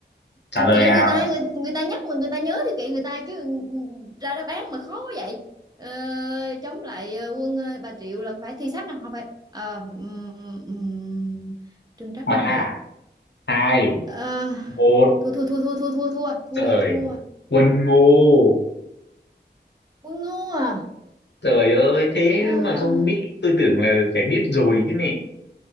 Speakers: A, on the left (about 70°); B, on the right (about 20°).
A: trả
B: kệ
A: lời
B: kệ
A: nào.
B: người ta người, người ta nhắc mà người ta nhớ thì kệ người ta chứ ra đáp án mà khó quá vậy Ờ, chống lại ờ, quân ờ, Bà Triệu là phải thi sách không không phải Ờ, ừm, ừm, Trưng Trắc
A: Ba,
B: Trưng Nhị
A: hai,
B: Ờ,
A: một,
B: thua thua thua thua thua thua thua thua
A: trời,
B: thua
A: quân Ngô.
B: quân ngu à
A: Trời ơi, thế
B: À,
A: mà không biết, tôi tưởng là phải biết rồi chứ nè.